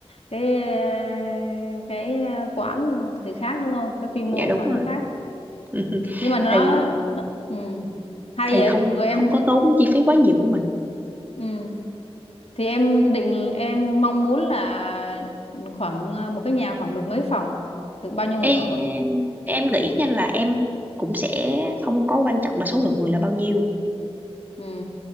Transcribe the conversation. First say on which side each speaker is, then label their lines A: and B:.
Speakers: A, on the left; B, on the right.
A: cái ờ, cái ờ, quán thì khác đúng không cái quy mô
B: dạ đúng
A: của quán
B: rồi.
A: nó khác
B: <laughs>
A: nhưng mà nó,
B: Thì
A: nó ừ hay
B: thì
A: vậy
B: không
A: rồi em
B: không có tốn chi phí quá nhiều của mình.
A: ừ thì em định em mong muốn là khoảng ờ, một cái nhà khoảng được mấy phòng được bao nhiêu người
B: Em
A: ở
B: em nghĩ nha là em cũng sẽ không có quan trọng là số lượng người là bao nhiêu,
A: ừ